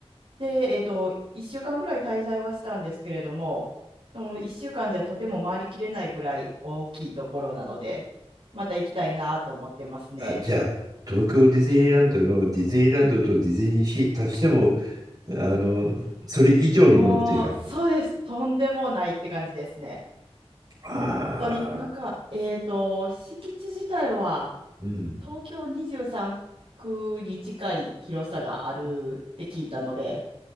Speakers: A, on the right; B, on the right.
A: で、えーと、1週間ぐらい滞在はしたんですけれども、でも1週間じゃとても回りきれないぐらい大きいところなので、また行きたいなと思ってますね。
B: あ、じゃあ、東京ディズニーランドのディズニーランドとディズニーシー足しても、あの、それ以上のものっていう感じ。
A: もう、そうです。とんでもないって感じですね。
B: ああ、
A: 本当に、なんか、えっと、敷地自体は
B: うん。
A: 東京23区に近い広さがあるって聞いたので、